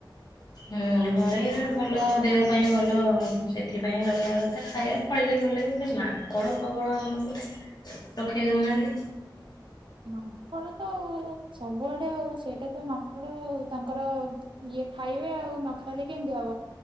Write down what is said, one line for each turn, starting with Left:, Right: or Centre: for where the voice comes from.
Left: ହୁଁ ଘରେ ଭଲ ଦେହ ପାଇଁ ଭଲ ସେଥିପାଇଁ ଲଗେଇବା କଥା ଖାଇବା ଇିଲେ ବି ଭଲ ଲାଗିବ ମାଙ୍କଡ଼ ପ୍ରବଳ ଆମ ଏପଟେ ରଖେଇ ଦଉନାହାଁନ୍ତି।
Right: ମାଙ୍କଡ ତ ସବୁଆଡେ ଆଉ ସେଇଟା ତ ମାଙ୍କଡ ଆଉ। ତାଙ୍କର ଇଏ ଖାଇବେ ଆଉ ନ ଖାଇଲେ କେମତି ହବ।